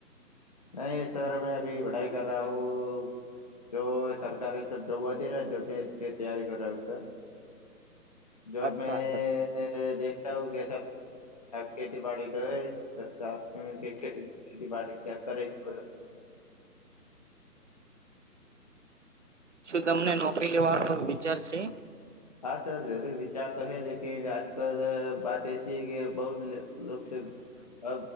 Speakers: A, on the left; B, on the right.
A: નહી સર મે અભી પઢાઈ કર રહા હું. તો સરકાર એ સબ જોબ હતી ને જો મે તૈયારી કર રહી સર. જોબ
B: અચ્છા
A: મે એ દેખાયુ કે ખેતીવાડી તો હે સ સા મ કે ખેતી <unintelligible>
B: શું તમને નોકરી લેવા તો વિચાર છે?
A: હા સર જરૂર વિચાર તો હૈ લકિ આજ કલ બાત એસી હૈ કે બહુ લોકોસ અ